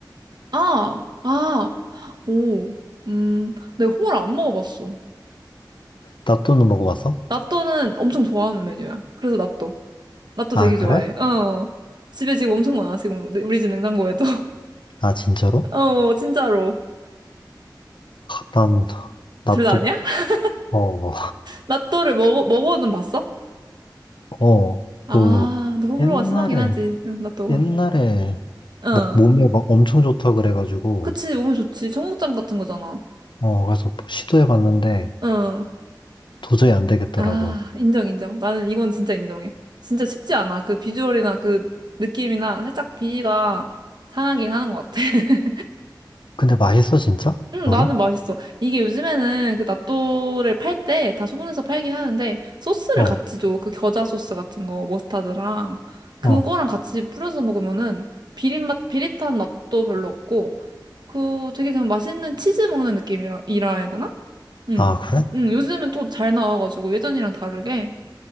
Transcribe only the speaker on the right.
아, 아, 오, 음, 내가 홍어를 안 먹어봤어.
라또는 엄청 좋아하는 메뉴야. 그래서 라또. 라또
되게
좋아해. 어. 집에 지금 엄청 많아, 지금. 내- 우리 집 냉장고에도. <laughs>
어, 진짜로.
둘 다 아니야? <laughs>
라또를 먹어, 먹어는 봤어?
아,
근데 호불호가
심하긴 하지. 응, 라또가.
어.
그치, 몸에 좋지. 청국장 같은 거잖아.
어.
아, 인정, 인정. 나는 이건 진짜 인정해. 진짜 쉽지 않아. 그 비주얼이나 그 느낌이나 살짝 비위가 상하긴 하는 것 같아. <laughs>
음,
나는 맛있어. 이게 요즘에는 그 낫또를 팔 때 다 소분해서 팔긴 하는데 소스를
같이 줘. 그 겨자 소스 같은 거, 머스타드랑 그거랑
같이 뿌려서 먹으면은 비린 맛, 비릿한 맛도 별로 없고 그 되게 그냥 맛있는 치즈 먹는 느낌이라 이라 해야 되나? 응.
응, 요즘엔 또 잘 나와가지고 예전이랑 다르게